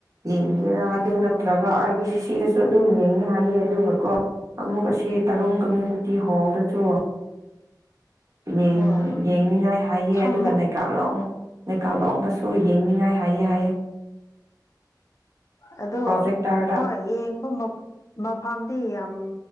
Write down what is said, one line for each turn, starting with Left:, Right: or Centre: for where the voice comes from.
Right: ꯌꯦꯡꯒꯦꯔꯥ ꯑꯗꯨ ꯅꯠꯇ꯭ꯔꯒ
Left: ꯑꯣ
Right: ꯑꯒꯤ ꯁꯤ ꯁꯤꯗꯁꯨ ꯑꯗꯨꯝ ꯌꯦꯡꯉꯦ ꯍꯥꯏꯌꯦ ꯑꯗꯨꯒ ꯀꯣ ꯑꯃꯨꯛ ꯑꯁꯤ ꯇꯔꯨꯡ ꯀꯝꯃ꯭ꯌꯨꯅꯤꯇꯤ ꯍꯣꯜꯗꯁꯨ ꯌꯦꯡ
Left: ꯍꯣꯏ
Right: ꯌꯦꯡꯅꯤꯡꯉꯥꯏ ꯍꯥꯏꯌꯦ
Left: ꯈꯪꯅ
Right: ꯑꯗꯨꯒꯅꯦ ꯀꯥ <unintelligible> ꯍꯣ ꯌꯦꯡꯅꯤꯡꯉꯥꯏ ꯍꯥꯏꯌꯦ ꯍꯥꯏꯌꯦ
Left: ꯑꯗꯣ
Right: ꯄ꯭ꯔꯣꯖꯦꯛꯇꯔꯗ
Left: ꯍꯣꯏ ꯌꯦꯡꯕ ꯃ ꯃꯐꯝꯗꯤ ꯌꯥꯝ